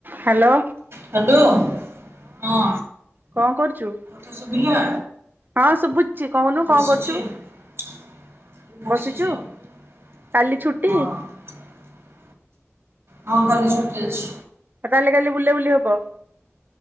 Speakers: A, on the right; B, on the right.
A: Hello
B: hello ହଁ
A: କଣ କରୁଛୁ
B: ତତେ ଶୁଭିଲା
A: ହଁ ଶୁଭୁଛି କହୁନୁ
B: ବସିଛି
A: କଣ କରୁଛୁ?
B: ଆଉ ବସିଛି
A: ବସିଛୁ
B: ଆଉ
A: କାଲି ଛୁଟି
B: ହଁ ହଁ କାଲି ଛୁଟି ଅଛି।
A: ତାହଲେ କାଲି ବୁଲା ବୁଲି ହବ।